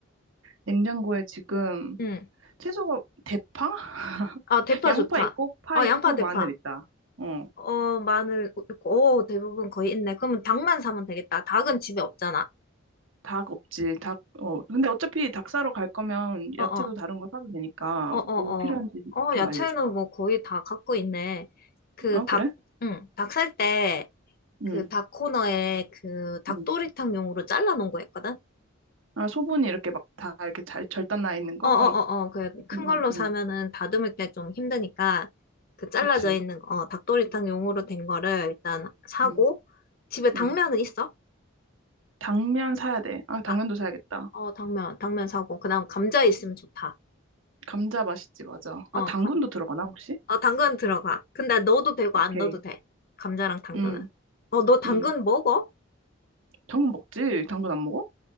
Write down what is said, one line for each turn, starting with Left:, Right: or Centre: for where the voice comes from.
Right: 냉장고에 지금,
Left: 응.
Right: 채소가, 대파? <laughs>
Left: 아, 대파
Right: 양파
Left: 좋다.
Right: 있고, 파
Left: 아,
Right: 있고,
Left: 양파, 대파.
Right: 마늘 있다. 어,
Left: 어, 마늘 있고, 오, 대부분 거의 있네. 그러면 닭만 사면 되겠다. 닭은 집에 없잖아.
Right: 닭 없지. 닭, 어, 근데 어차피 닭 사러 갈 거면
Left: 어어.
Right: 야채도 다른 거 사도 되니까,
Left: 어, 어,
Right: 뭐 필요한지
Left: 어. 어,
Right: 좀
Left: 야채는
Right: 알려줘봐.
Left: 뭐 거의 다 갖고 있네. 그
Right: 어,
Left: 닭,
Right: 그래?
Left: 응, 닭 살 때, 그
Right: 응,
Left: 닭 코너에 그 닭도리탕용으로
Right: 응.
Left: 잘라놓은 거 있거든?
Right: 아, 소분이 이렇게 막 다 이렇게 잘 절단 나 있는 거?
Left: 어, 어, 어, 어. 그 큰
Right: 응,
Left: 걸로
Right: 응,
Left: 사면은
Right: 응.
Left: 다듬을 때 좀 힘드니까 그 잘라져
Right: 그치.
Left: 있는 거, 어, 닭도리탕용으로 된 거를 일단 사고,
Right: 응,
Left: 집에 당면은
Right: 응.
Left: 있어?
Right: 당면 사야 돼. 아, 당면도
Left: 아,
Right: 사야겠다.
Left: 어, 당면, 당면 사고, 그다음 감자 있으면 좋다.
Right: 감자 맛있지, 맞아.
Left: 어,
Right: 아, 당근도
Left: 감,
Right: 들어가나, 혹시?
Left: 어, 당근 들어가. 근데 넣어도 되고
Right: 오케이.
Left: 안 넣어도 돼. 감자랑 당근은.
Right: 응,
Left: 어, 너 당근
Right: 응.
Left: 먹어?
Right: 당근 먹지? 당근 안 먹어?